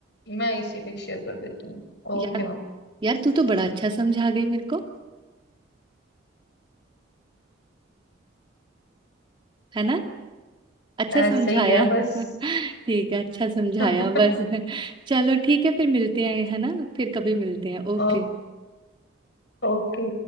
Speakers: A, on the left; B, on the right.
A: मैं इसी पे शेयर कर देती हूँ Okay
B: यार
A: ma'am
B: यार तू तो बड़ा अच्छा समझा गई मेरे को है ना अच्छा
A: ऐसे
B: समझाया
A: ही है बस
B: <laughs> ठीक है अच्छा समझाया
A: <laughs>
B: बस <laughs> चलो ठीक है फिर मिलते हैं है ना फिर कभी मिलते हैं
A: ओ,
B: ओके
A: ओके